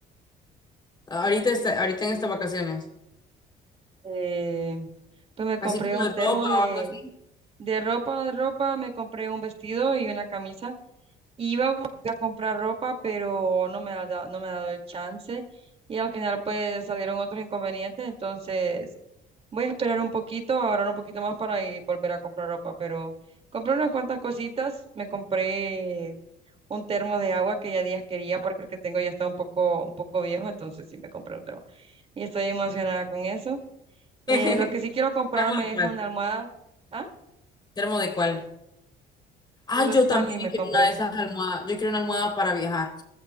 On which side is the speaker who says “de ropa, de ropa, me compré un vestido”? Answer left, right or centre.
Right